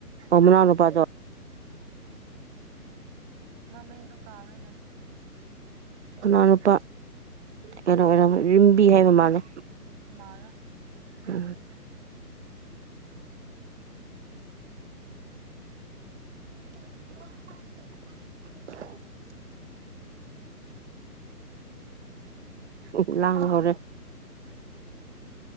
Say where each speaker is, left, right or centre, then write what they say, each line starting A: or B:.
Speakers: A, on the right (about 45°); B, on the right (about 25°).
A: ꯑꯣ ꯃꯅꯥꯎꯅꯨꯄꯥ ꯗꯣ
B: ꯃꯃꯤꯡꯗꯣ ꯀꯥꯎꯔꯦꯅꯦ
A: ꯃꯅꯥꯎꯅꯨꯄꯥ ꯀꯩꯅꯣ ꯑꯣꯏꯔꯝꯅꯤ ꯔꯤꯟꯕꯤ ꯍꯥꯏꯕ ꯃꯥꯜꯂꯦ
B: ꯃꯥꯂꯦ
A: ꯎꯝ <unintelligible> ꯎꯝ ꯂꯥꯡꯕ ꯍꯧꯔꯦ